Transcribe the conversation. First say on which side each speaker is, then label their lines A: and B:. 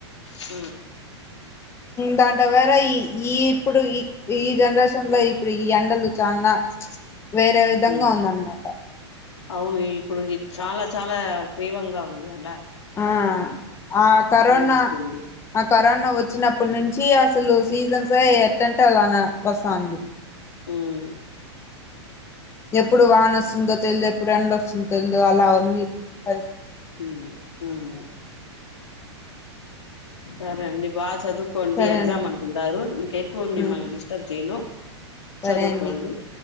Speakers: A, on the left; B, on the left.
A: హ
B: దాంటవేర ఈ ఈ ఇప్పుడు ఈ ఈ జెనరేషన్ లో ఇప్పుడు ఈ ఎండలు వ చా
A: <inaudible>
B: వేరే విధంగా
A: ఉమ్.
B: ఉందన్నమాట
A: అవును ఇప్పుడు చాలా చాలా తీవ్రంగా ఉంది అంట
B: ఆ ఆ కరోనా
A: వేస్తుంది
B: ఆ కరోనా వచ్చినడు అప్పటి నుంచి అసలు సీజన్స్ ఎట్టంటే అలా వస్తంది
A: ఉమ్మ్
B: ఎప్పుడు వాన్ వస్తుందో తెలిదు ఎప్పుడు ఎండొస్తుందో తెలుదో అలా ఉంది ఇప్పుడు పరిస్థితి
A: హ్మ్ హ్మ్ సరే అండి బాగా చదువు కోండి
B: సరే
A: ఎగ్జామ్
B: అండి
A: అంటుంటారు ఇంకెక్కువ మిమ్మల్ని
B: ఉమ్
A: డిస్టర్బ్ చేయను
B: సరే
A: చదువుకోండి
B: అండి